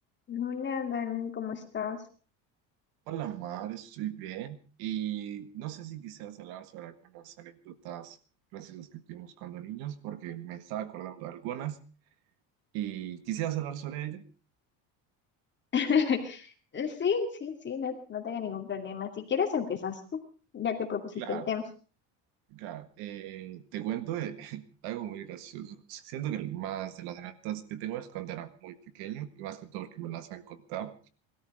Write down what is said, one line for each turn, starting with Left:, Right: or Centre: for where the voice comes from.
Left: Hola, Dani, ¿cómo estás?
Right: Hola Mar, estoy bien y no sé si quisieras hablar sobre algunas anécdotas graciosas que tuvimos cuando niños, porque me estaba acordando de algunas y quisieras hablar sobre ello.
Left: <laughs> Eh, Sí, sí, sí, no, no tengo ningún problema. Si quieres, empiezas tú, ya que propusiste
Right: Claro,
Left: el tema.
Right: claro. Eh, te cuento de <laughs> algo muy gracioso. Siento que más de las anécdotas que tengo es cuando era muy pequeño y más que todo porque me las han contado.